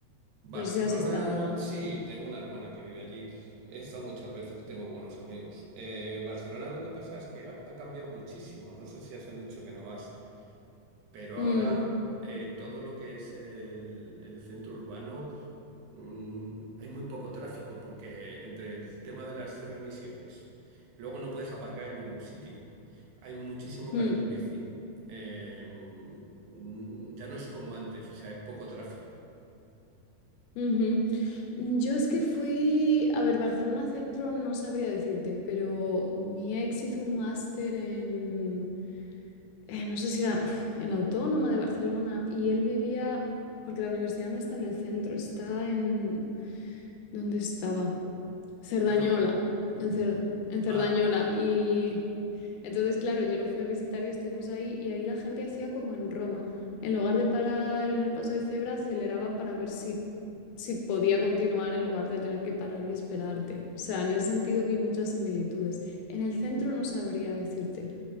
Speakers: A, on the right; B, on the left.
A: Barcelona,
B: No sé si has estado.
A: sí, tengo una hermana que vive allí. He estado muchas veces, tengo buenos amigos. Eh, Barcelona lo que pasa es que ha, ha cambiado muchísimo. No sé si hace mucho que no vas, pero
B: Mm,
A: ahora eh, todo lo que es el, el centro urbano mm, hay muy poco tráfico porque entre el tema de las cero emisiones, luego no puedes aparcar en ningún sitio. Hay muchísimo carril
B: mm,
A: bici. Eh, mm, ya no es como antes, o sea, hay poco tráfico.
B: ujú. Yo es que fui, a ver, Barcelona Centro no sabría decirte, pero mi ex hizo un máster en eh, no sé si era uf, en la Autónoma de Barcelona, y él vivía, porque la universidad no está en el centro, está en, ¿dónde estaba? Cerdañola,
A: Bueno,
B: en, Cer- en Cerdañola.
A: ah.
B: Y entonces, claro, yo lo fui a visitar y estuvimos ahí, y ahí la gente hacía como en Roma. En lugar de parar en el paso de cebra, aceleraba para ver si, si podía continuar en lugar de tener que parar y esperarte. O sea, en ese sentido vi muchas similitudes. En el centro no sabría decirte,